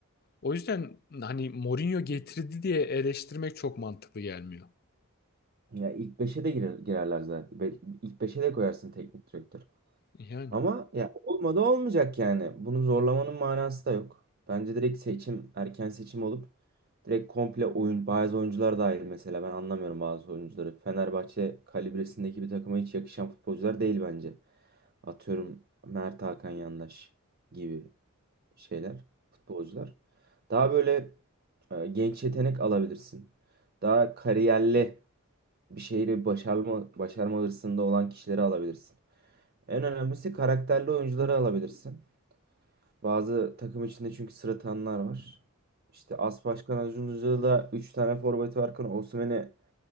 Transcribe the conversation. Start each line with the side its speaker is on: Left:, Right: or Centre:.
Left: O yüzden hani Mourinho getirdi diye eleştirmek çok mantıklı gelmiyor.
Right: ya ilk beşe de girer, girerler zaten. Be- İlk beşe de koyarsın teknik direktör.
Left: Yani
Right: Ama ya olmadı olmayacak yani. Bunu zorlamanın manası da yok. Bence direkt seçim, erken seçim olup direkt komple oyun, bazı oyuncular dahil mesela ben anlamıyorum bazı oyuncuları. Fenerbahçe kalibresindeki bir takıma hiç yakışan futbolcular değil bence. Atıyorum Mert Hakan Yandaş gibi şeyler, futbolcular. Daha böyle e, genç yetenek alabilirsin. Daha kariyerli bir şeyleri başarma, başarma hırsında olan kişileri alabilirsin. En önemlisi karakterli oyuncuları alabilirsin. Bazı takım içinde çünkü sırıtanlar var. İşte As Başkan Acuncu'da 3 tane forvet varken Osimhen'i